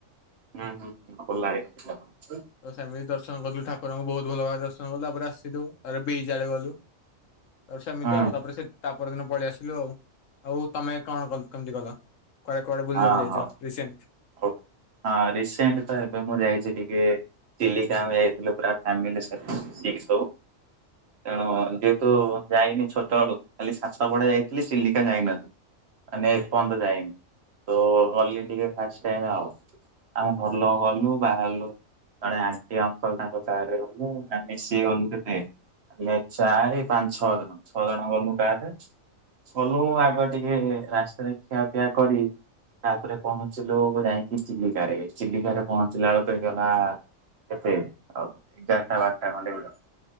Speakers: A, on the right (about 55°); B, on the left (about 70°).
A: ହଁ ହଁ ଭଲ ଲାଗେ।
B: ତ ସେମିତି ଦର୍ ଛୁଆଙ୍କ ପ୍ରତି ଠାକୁରଙ୍କ ବହୁତ ଭଲ ଭାଇରସ। ଆଉ ତା ପରେ ଆସିଲୁ ଆରେ ବେ। ଜାଡେ ଗଲୁ। ଆଉ ସେମତି
A: ହଁ
B: ଆଉ ତାପରେ ସେ ତାପର ଦିନ ପଳେଇଆସି ହ୍ଯାଲୋ ଆଉ ତମେ କଣ କ କେମିତି କଲ। କୁଆଡେ କୁଆଡେ ବୁଲିବାକୁ
A: ହଁ
B: ଯାଇଛ
A: ହଁ
B: ରିସେଣ୍ଟ
A: ହଉ ହଁ ରିସେଣ୍ଟ ତ ଏବେ ମୁଁ ଯାଇଛି ଟିକେ ଚିଲିକା ଆମେ ଯାଇଥିଲୁ ପୁରା ଫ୍ଯାମିଲ ସି ମିସିକି ସବୁ ତେଣୁ ଯେହେତୁ ଯାଇନି ଛୋଟ ବେଳୁ ଖାଲି ସାତପଡା ଯାଇଥିଲି ଚିଲିକା ଯାଇନଥିଲି ମାନେ ଏ ପର୍ଯ୍ୟନ୍ତ ଯାଇନି। ତ ଗଲି ଟିକେ ଫାଷ୍ଟ ଟାଇମ୍ ଆଉ ଆମ ଘର ଲୋକ ଗଲୁ ବାହାରିଲୁ ଜଣେ ଆଣ୍ଟି ଅଙ୍କଲ ତାଙ୍କ ସାଙ୍ଗରେ ଗଲୁ ନା ମିଶିକି ଗଲୁ କେତେ ଆମେ ଚାଏ ପାଞ୍ଚ ଛଅ ଜଣ ଛଅ ଜଣ ଗଲୁ ଡାଇରେକ୍ଟ ଗଲୁ ଆଗ ଟିକେ ରାସ୍ତାରେ ଖିଆପିଆ କରି ତାପରେ ପହଞ୍ଚିଲୁ ଯାଇକି ଚିଲିକାରେ ଚିଲିକାରେ ପହଞ୍ଚିଲା ବେଳକୁ ହେଇ ଗଲା କେତେ ଏଗାରଟା ବାରଟା ଖଣ୍ଡେ ହେଇଲା